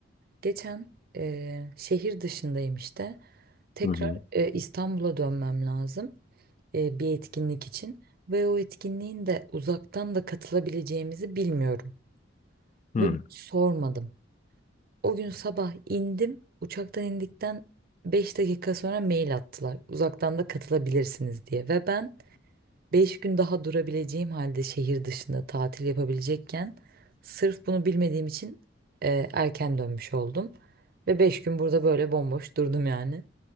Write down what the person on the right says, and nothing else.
Geçen eee, şehir dışındayım işte. Tekrar
eee, İstanbul'a dönmem lazım eee, bir etkinlik için. Ve o etkinliğin de uzaktan da katılabileceğimizi bilmiyorum.
Ve bunu sormadım. O gün sabah indim. Uçaktan indikten 5 dakika sonra mail attılar. Uzaktan da katılabilirsiniz diye. Ve ben Beş gün daha durabileceğim halde şehir dışında tatil yapabilecekken sırf bunu bilmediğim için e, erken dönmüş oldum. Ve beş gün burada böyle bomboş durdum yani.